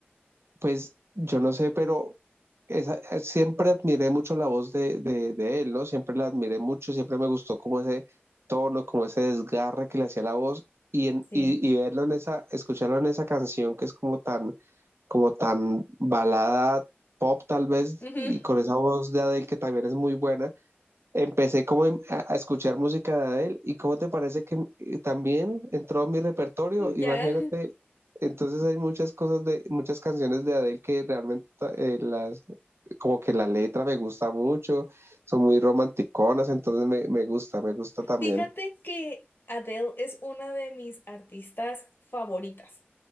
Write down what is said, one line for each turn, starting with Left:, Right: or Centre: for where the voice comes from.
Right: Pues yo no sé, pero esa- eh, siempre admiré mucho la voz de, de, de él, ¿no? Siempre la admiré mucho, siempre me gustó como ese tono, como ese desgarre que le hacía la voz, y, en,
Left: Sí.
Right: y, y verlo en esa, escucharlo en esa canción que es como tan como tan balada pop tal vez,
Left: Ujú.
Right: y con esa voz de Adele que también es muy buena, empecé como en- a, a escuchar música de Adele y cómo te parece que eh, también entró en mi repertorio,
Left: Ya.
Right: imagínate, entonces hay muchas cosas de, muchas canciones de Adele que realmente eh, las, como que la letra me gusta mucho, son muy romanticonas, entonces me, me gusta, me gusta también.
Left: Fíjate que Adele es una de mis artistas favoritas